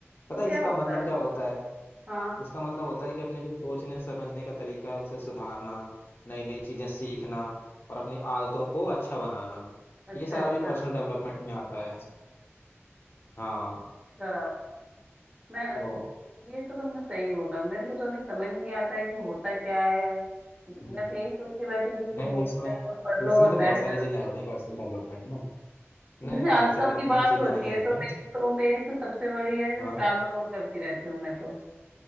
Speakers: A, on the left; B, on the right.
A: पता
B: तो
A: है
B: क्या
A: इसका
B: होता
A: मतलब
B: है
A: क्या होता है
B: हाँ
A: इसका मतलब होता है कि अपने जो सोचने समझने का तरीका है उसे सुधारना नई नई चीजें सीखना और अपनी आदतों को अच्छा बनाना
B: अच्छा
A: ये सारा
B: अच्छा
A: भी पर्सनल डेवलपमेंट में आता है हाँ
B: अच्छा मैं
A: तो
B: ये तो तुमने सही बोला मेरे को तो अभी समझ ही नहीं आता है कि होता क्या है मैं
A: हम्म,
B: तो यही सोच के बैठी कि सिर्फ
A: नहीं
B: बुक्स
A: नहीं इसमें
B: रहेगा पढ़ लो
A: इसमें
B: और
A: तो
B: बैठ
A: बहुत सारी
B: जाओ
A: चीजें आ जाती हैं पर्सनल डेवलपमेंट में
B: जैसे
A: नहीं नहीं
B: आदतों
A: नहीं सिर्फ
B: की
A: इतनी
B: बात
A: चीजें
B: होती
A: नहीं
B: है
A: आती
B: तो
A: हैं
B: मैं तो मेरी तो सबसे बड़ी है जो
A: हाँ
B: टाल मटोल करती रहती हूँ मैं तो